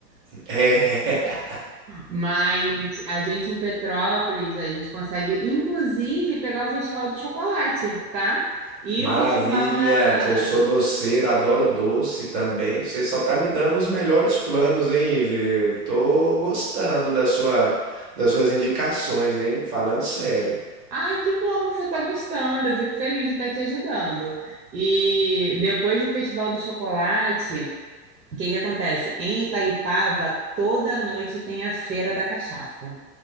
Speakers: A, on the right (about 25°); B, on the right (about 80°).
A: É,
B: Mas a gente em Petrópolis, a gente consegue inclusive pegar o Festival do Chocolate, tá?
A: <laughs>
B: E
A: maravilha,
B: o Festival da,
A: que eu sou doceiro, adoro doce também. Você só tá me dando os melhores planos, hein, Ivi? Tô gostando da sua, das suas indicações, hein? Falando sério.
B: Ai, que bom que você está gostando. Eu fico feliz de estar te ajudando. E depois do Festival do Chocolate, o que que acontece? Em Itaipava, toda noite tem a Feira da Cachaça.